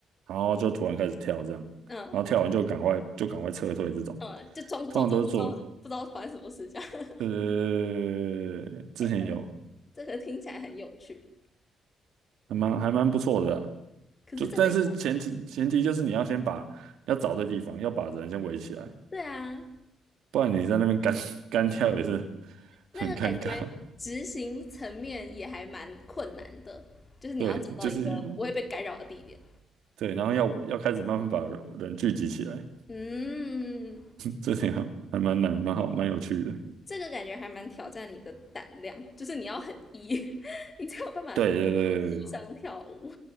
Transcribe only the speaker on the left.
嗯
嗯，就装装作不知道不知道发生什么事这样。
<laughs>
哎，这个听起来很有趣，
可是这个要
对啊，
那个感觉执行层面也还蛮困难的，
就是你要找到一个不会被干扰的地点。
嗯，
这个感觉还蛮挑战你的胆量，就是你要很 E，<laughs> 你才有办法地
上跳舞。